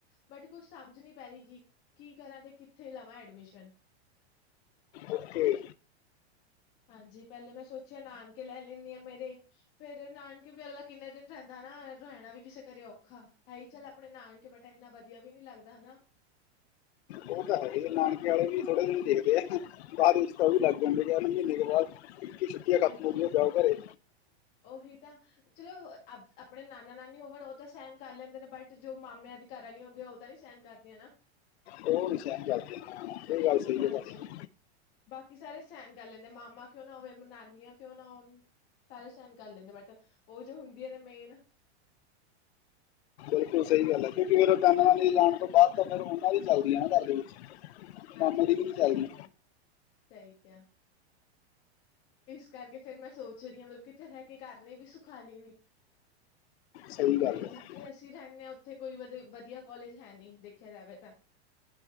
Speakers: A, on the left (about 30°); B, on the left (about 70°).
A: ਬਟ ਕੁਛ ਸਮਝ ਨੀ ਪੈ ਰਹੀ, ਕੀ ਕਰਾਂ ਤੇ ਕਿੱਥੇ ਲਵਾਂ ਐਡਮਿਸ਼ਨ?
B: ਓਕੇ
A: ਹਾਂਜੀ, ਪਹਿਲੇ ਮੈਂ ਸੋਚਿਆ ਨਾਨਕੇ ਰਹਿ ਲੈਂਦੀ ਹਾਂ ਮੇਰੇ ਫੇਰ ਨਾਨਕੇ ਵੀ ਅਗਲਾ ਕਿੰਨੇ ਦਿਨ ਰਹਿੰਦਾ ਨਾ, ਰਹਿਣਾ ਵੀ ਕਿਸੇ ਕਰੇ ਔਖਾ ਹੈ ਹੀ ਚੱਲ ਆਪਣੇ ਨਾਨਕੇ ਬੈਠਾ, ਇੰਨਾ ਵਧੀਆ ਵੀ ਨੀ ਲੱਗਦਾ ਹਨਾ-
B: ਉਹ ਤਾਂ ਹੈ ਈ ਨਾਨਕੇ ਵਾਲੇ ਵੀ ਥੜੇ ਦਿਨ ਦੇਖਦੇ ਆ, ਬਾਅਦ ਵਿੱਚ ਤਾਂ ਉਹ ਵੀ ਲੱਗ ਆਦੇ ਮਹੀਨੇ ਬਾਅਦ ਛੁੱਟੀਆਂ ਖਤਮ
A: ਹਾਂਜੀ,
B: ਹੋ ਗਈਆਂ ਜਾਓ ਘਰੇ
A: ਉਹੀ ਤਾਂ ਚਲੋ ਆਪਣੇ ਨਾਨਾ ਨਾਨੀ ਹੋਵਣ ਉਹ ਤਾਂ ਸਹਿਣ ਕਰ ਲੈਂਦੇ ਨੇ, ਬਟ ਜੋ ਮਾਮਿਆਂ ਦੀ ਘਰ ਵਾਲੀਆਂ ਹੁੰਦੀਆਂ ਉਹ ਤਾਂ ਨੀ ਸਹਿਣ ਕਰਦੀਆਂ ਨਾ
B: ਉਹ ਨੀ ਸਹਿਣ ਕਰਦੀਆ, ਗੱਲ ਇਹ ਗੱਲ ਸਹੀ
A: ਹਾਂਜੀ
B: ਹੈ ਤੁਹਾਡੀ
A: ਬਾਕੀ ਸਾਰੇ ਸਹਿਣ ਕਰ ਲੈਂਦੇ, ਮਾਮਾ ਕਿਉਂ ਨਾ ਹੋਵੇ ਨਾਨੀਆਂ ਕਿਉਂ ਨਾ ਹੋਉਣ, ਸਾਰੇ ਸਹਿਣ ਕਰ ਲੈਂਦੇ ਬਟ ਉਹ ਜੋ ਹੁੰਦੀਆਂ ਨੇ ਮੇਨ
B: ਸਹੀ ਗੱਲ ਹੈ ਕਿਉਂਕਿ ਫੇਰ ਨਾਨਾ ਨਾਨੀ ਜਾਣ ਤੋਂ ਬਾਅਦ ਤਾਂ ਫੇਿਰ ਉਹਨਾਂ ਦੀ ਚੱਲਦੀ ਹੈ ਨਾ ਘਰ ਦੇ ਵਿੱਚ
A: ਹਾਂਜੀ
B: ਮਾਮਾ ਦੀ
A: ਹਾਂਜੀ
B: ਵੀ ਨ
A: ਸਹੀ
B: ਚਲਦੀ
A: ਕਿਹਾ ਸਹੀ ਕਿਆ। ਇਸ ਕਰਕੇ ਫਿਰ ਮੈਂ ਸੋਚ ਰਹੀ ਹਾਂ ਮਤਲਬ ਕਿੱਥੇ ਰਹਿ ਕੇ ਕਰ ਲਈ ਵੀ ਸੁਖਾਲੀ ਰਹੇ
B: ਸਹੀ ਗੱਲ
A: ਤੇ ਜਿਥੇ-
B: ਹੈ
A: ਜਿਥੇ ਅਸੀਂ ਰਹਿੰਦੇ ਹਾਂ ਉੱਥੇ ਕੋਈ ਵ ਵਧੀਆ ਕੋਲਜ ਹੈ ਨਹੀਂ, ਦੇਖਿਆ ਜਾਵੇ ਤਾਂ